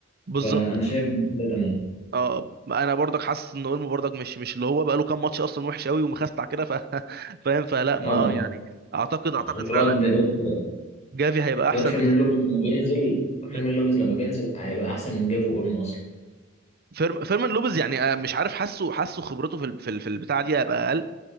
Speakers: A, on the right; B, on the left.
A: بالظبط
B: فانا شايف ان كده تمام
A: اه انا برضك حاسس ان اولمو برضك مش مش اللي هو بقى له كام ماتش اصلا وحش قوي ومخستع كده ف... <laughs> فاهم فلا ما
B: اه
A: اه يعني اعتقد اعتقد
B: الواد
A: فعلا ان
B: الواد
A: هو جافي هيبقى احسن
B: الواد فيرمين
A: بكتير
B: لوبيز لما بينزل فيرمين
A: مم.
B: لوبيز لما بينزل هيبقى احسن من جافي واولمو
A: فيرم... فيرمان لوبيز يعني آه، مش عارف حاسه حاسه خبرته في ال... في ال... في البتاعه دي هيبقى اقل